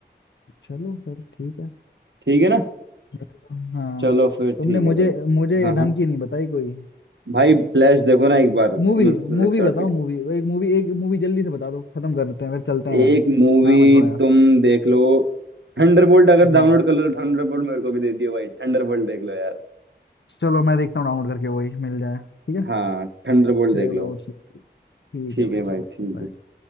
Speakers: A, on the left; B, on the right.
A: चलो फिर ठीक है
B: ठीक है ना
A: मैं- हाँ
B: चलो फिर
A: तुमने
B: ठीक
A: मुझे
B: है भाई
A: मुझे
B: हाँ
A: ढंग
B: हाँ
A: की नहीं बताई कोई
B: भाई फ्लैश देखो ना एक बार
A: मूवी मूवी
B: सर्च
A: बताओ मूवी एक मूवी एक मूवी जल्दी से बता दो खत्म कर लेते हैं फिर चलते हैं यार
B: एक
A: काम
B: मूवी
A: है थोड़ा यार
B: तुम देख लो थंडरबोल्ट अगर
A: हम्म
B: डाउनलोड कर लो तो थंडरबोल्ट मेरे को भी दे दियो भाई थंडरबोल्ट देख लो यार
A: चलो मैं देखता हूँ डाउनलोड करके वही मिल जाए ठीक है
B: हाँ थंडरबोल्ट
A: चलो
B: देख लो
A: ठीक ठीक
B: ठीक
A: है भाई
B: है भाई
A: चलो
B: ठीक
A: bye।
B: है